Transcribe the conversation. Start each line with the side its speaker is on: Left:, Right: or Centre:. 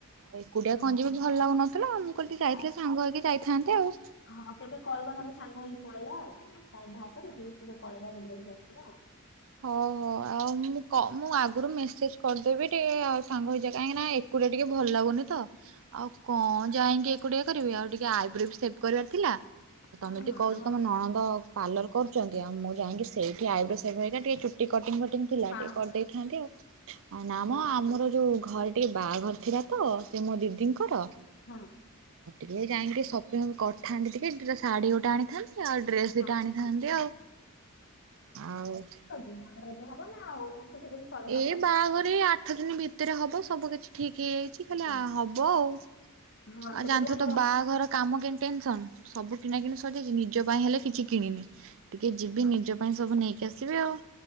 Right: ଏକୁଟିଆ
Left: ହଁ
Right: କଁ ଯିବି ଯେ ଭଲ ଲାଗୁନଥିଲା ମୁଁ କହିଲି ଟିକେ ଯାଇଥିଲେ
Left: ଆଉ
Right: ସାଙ୍ଗ ହେଇକି ଯାଇଥାନ୍ତେ ଆଉ।
Left: ହଁ କେବେ କହିବ ନହେନେ ସାଙ୍ଗ ହେଇକି ପଳେଇବା ଆଉ କଣ ଟାଇମ୍ ବାହାର କରିକି କେବେ ପଳେଇବା ବୁଲିବାଲିକି ଆସିବା ଆଉ।
Right: ହଉ ହଉ ଆଉ ମୁଁ କ ମୁଁ ଆଗରୁ ମେସେଜ କରିଦେବି ଟିକେ ଆଉ ସାଙ୍ଗ ହେଇଯା କାହିଁକି ନା ଏକୁଟିଆ ଟିକେ ଭଲ ଲାଗୁନି ତ ଆଉ କଣ? ଯାଇଁକି ଏକୁଟିଆ କରିବି ଆଉ ଟିକେ ଆଇବ୍ରୋ ବି ସେଭ୍ କରିବାର ଥିଲା ଆଉ
Left: ହଁ
Right: ତମେ ଯଦି
Left: ହଁ
Right: କହୁଛ
Left: ଆମ
Right: ତମ ନଣନ୍ଦ ପାର୍ଲର କରୁଚନ୍ତି ଆଉ ମୁଁ ଯାଇଁକି ସେଇଠି ଆଇବ୍ରୋ ସେଭ୍ ଘରିକା ଟିକେ ଚୁଟି କଟିଙ୍ଗ ଫଟିଂ ଥିଲା
Left: ହଁ
Right: ଟିକେ କରିଦେଇଥାନ୍ତି ଆଉ। ନାମ
Left: ହଁ
Right: ଆମର ଯୋଉ ଘରେ ଟିକେ ବାଆଘର ଥିଲା ତ ସେ ମୋ ଦିଦିଙ୍କର।
Left: ହଁ।
Right: ଇଏ ଯାଇଁକି ଟିକେ ସପିଙ୍ଗ କରଥାନ୍ତି ଟିକେ ଡ଼୍ରେ ଶାଢ଼ୀ ଗୋଟେ ଆଣିଥାନ୍ତି। ଆଉ ଡ୍ରେସ ଦିଟା
Left: ହଁ।
Right: ଆଣିଥାନ୍ତି ଆଉ। ଆଉ
Left: ତୋ ବିଭାଘର ଏବେ ହବ ନା ଆଉ କିଛି ଦିନ ପରେ ହବ?
Right: ଏ ବାଆଘର ଏଇ ଆଠ ଦିନି ଭିତରେ ହବ ସବୁ କିଛି। ଠିକ୍ ହେଇଯାଇଚି ଖାଲି
Left: ହଁ।
Right: ଆ ହବ ଆଉ। ଆଉ
Left: ହଁ ସେଠି
Right: ଜାଣିଥିବେ
Left: ବି ଆମର
Right: ତ ବାହାଘର କାମ କେମତି ଟେନସନ ସବୁ କିଣା କିଣି ସରିଯାଇଛି, ନିଜ ପାଇଁ ହେଲେ କିଛି କିଣିନି, ଟିକେ ଯିବି ନିଜ ପାଇଁ ସବୁ ନେଇକି ଆସିବି ଆଉ